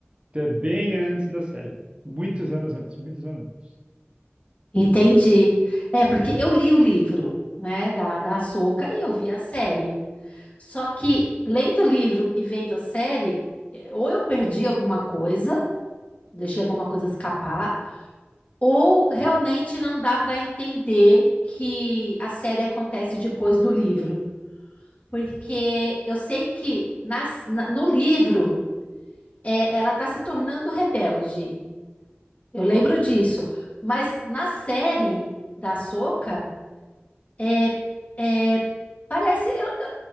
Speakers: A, on the right (about 30°); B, on the left (about 35°).
A: Então, é bem antes da série. Muitos anos antes, muitos anos antes.
B: Entendi. É, porque eu li o livro, né, da, da Ahsoka e eu vi a série. Só que lendo o livro e vendo a série, eh, ou eu perdi alguma coisa, deixei alguma coisa escapar, ou realmente não dá para entender que a série acontece depois do livro. Porque eu sei que nas- na- no livro é, ela está se tornando rebelde. Eu lembro disso. Mas na série da Ahsoka, é, é, parece, eu- eu-